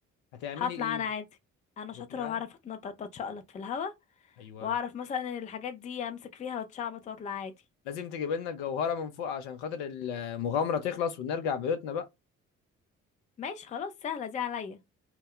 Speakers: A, on the left; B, on the left.
A: هتعملي
B: هطلع
A: ايه
B: انا عادي انا
A: هتطلعي
B: شاطرة وهعرف اتنطط واتشقلط في الهوا
A: ايوه
B: واعرف مثلا ان الحاجات دي امسك فيها واتشعبط واطلع عادي
A: لازم تجيب لنا الجوهرة من فوق عشان خاطر المغامرة تخلص ونرجع بيوتنا بقى
B: ماشي خلاص سهلة دي عليا